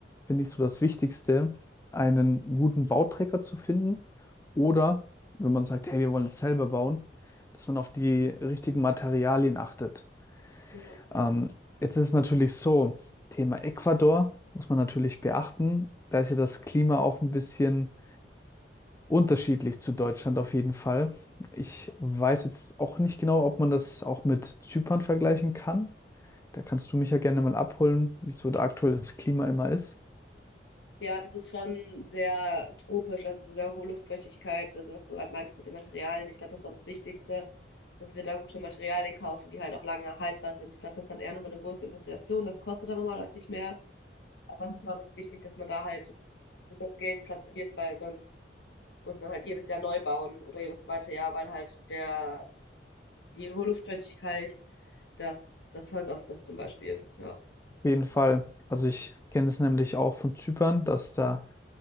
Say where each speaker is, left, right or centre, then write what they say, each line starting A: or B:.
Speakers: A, on the left (about 15°); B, on the left (about 85°).
A: finde ich so das Wichtigste, einen guten Bauträger zu finden oder wenn man sagt, hey, wir wollen es selber bauen, dass man auf die richtigen Materialien achtet.
B: Ja.
A: Ähm, jetzt ist es natürlich so, Thema Ecuador muss man natürlich beachten. Da ist ja das Klima auch ein bisschen unterschiedlich zu Deutschland auf jeden Fall. Ich weiß jetzt auch nicht genau, ob man das auch mit Zypern vergleichen kann. Da kannst du mich ja gerne mal abholen, wieso da aktuell das Klima immer ist.
B: Ja, das ist schon sehr tropisch, also sehr hohe Luftfeuchtigkeit, also was du gerade meintest mit den Materialien. Ich glaube, das ist auch das Wichtigste, dass wir da gute Materialien kaufen, die halt auch lange haltbar sind. Ich glaube, das ist dann eher noch eine große Investition. Das kostet dann nochmal deutlich mehr. Aber es ist, glaube ich, wichtig, dass man da halt das Geld platziert, weil sonst muss man halt jedes Jahr neu bauen oder jedes zweite Jahr, weil halt der, die hohe Luftfeuchtigkeit das, das Holz auffrisst zum Beispiel. Ja.
A: Auf jeden Fall. Also ich kenne es nämlich auch von Zypern, dass da